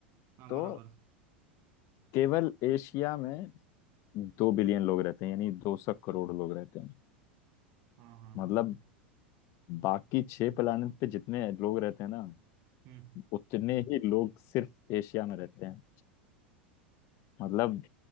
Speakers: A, on the right; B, on the left.
A: हाँ
B: तो
A: बराबर
B: केवल एशिया में दो बिलियन लोग रहते हैं यानी दो सौ करोड़ लोग रहते हैं
A: हाँ हाँ
B: मतलब
A: हाँ हाँ
B: बाकी छह प्लेनेट पे जितने लोग रहते हैं ना
A: हम्म
B: उतने ही लोग सिर्फ एशिया में रहते हैं मतलब